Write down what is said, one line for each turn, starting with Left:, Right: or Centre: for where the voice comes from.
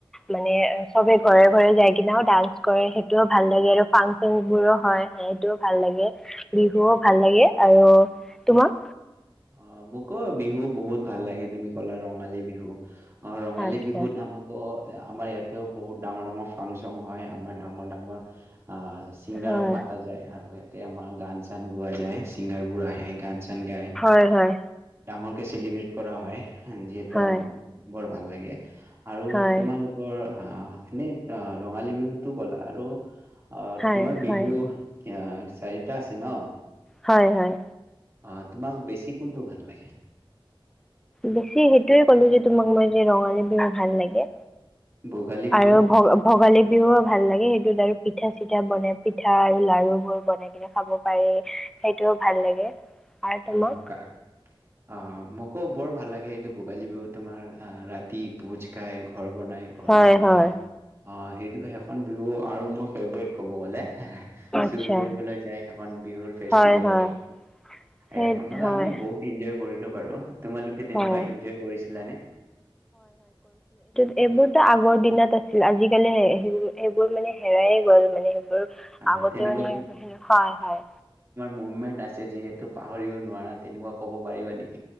Centre: মানে চবে ঘৰে ঘৰে যাই কিনেও ডান্স কৰে সেইটোও ভাল লাগে আৰু ফাংচন বোৰো হয় সেইটো ভাল লাগে বিহুও ভাল লাগে আৰু তোমাক
Right: অ মোকো বিহু বহুত ভাল লাগে তুমি ক'লা ৰঙালী বিহু ৰঙালী
Centre: আচ্ছা
Right: বিহুত আম আকৌ আমাৰ ইয়াতেও বহুত ডাঙৰ ডাঙৰ ফাংচন হয় আমাৰ ডাঙৰ ডাঙৰ অ ছিংগাৰক
Centre: হয়
Right: মাতা যায় আৰু তেয়ামা গান চান গোৱা যায় ছিংগাৰ বোৰ আহে গান চান গায়
Centre: হয় হয়
Right: ডাঙৰকৈ চেলিব্ৰেট কৰা হয় যিহেতু
Centre: হয়
Right: আমাক বৰ ভাল লাগে আৰু
Centre: হয়
Right: তোমালোকৰ আ, এনেই ৰঙালী বিহুটো কলা আৰু অ,
Centre: হয়
Right: তোমাৰ
Centre: হয়
Right: বিহু, এতিয়া, চাৰিটা আছে ন।
Centre: হয় হয়।
Right: অ, তোমাক বেছি কোনটো ভাল লাগে?
Centre: বেছি সেইটোয়ে ক'লো যে, তোমাক মই যে, ৰঙালী বিহু ভাল লাগে।
Right: ভোগালী বিহু
Centre: আৰু ভ, ভোগালী বিহুও ভাল লাগে। এই সেইটোত আৰু পিঠা চিঠা বনাই, পিঠা আৰু লাৰু বোৰ বনাই কিনে খাব পাৰি, সেইটোও ভাল লাগে। আৰু তোমাক
Right: অ কোৱা, অ মোক অ বৰ ভাল লাগে এইটো ভোগালী বিহুত তোমাৰ ৰাতি ভোজ খাই, ঘৰ বনায়, ঘৰ
Centre: হয়
Right: জ্বলায়।
Centre: হয়
Right: অ সেইটো সেইখন বিহু আৰু মোৰ ফেভৰেট ক'ব গ'লে, হে হে,
Centre: আচ্ছা
Right: চুৰ কৰিবলৈ যায় সেইখন বিহুৰ ফেষ্টিভেলত।
Centre: হয় হয় সেই
Right: এইখনত
Centre: হয়
Right: আমি বহুত ইনজয় কৰিলোঁ বাৰু। তোমালোকে তেনেকুৱা
Centre: হয়
Right: ইনজয় কৰিছিলানে?
Centre: এইবোৰটো আগৰ দিনত আছিল, আজিকালি হেই সেইবোৰ সেইবোৰ মানে হেৰাইয়ে গ'ল মানে সেইবোৰ,
Right: আহ
Centre: আগতে
Right: তেনেকুৱা
Centre: মানে সেনেকোৱাই হয়।
Right: মুমেণ্ট আছে যিহেতু পাহৰিব নোৱাৰা, তেনেকুৱা ক'ব পাৰিবা নেকি?